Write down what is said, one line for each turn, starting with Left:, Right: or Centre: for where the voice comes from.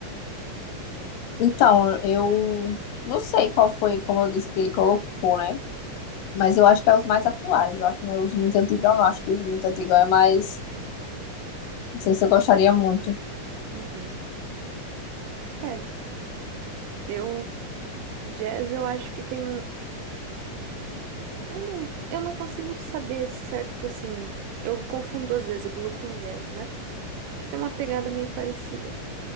Left: Então, eu não sei qual foi, como eu disse, que ele colocou, né? Mas eu acho que é os mais atuais. Eu acho que não é os muito antigos, não. acho que os muito antigos é mais. Não sei se eu gostaria muito.
Right: Uhum. É, eu. Jazz eu acho que tem. Eu não, eu não consigo saber certo, assim. Eu confundo às vezes o Blue com jazz, né? Que tem uma pegada meio parecida.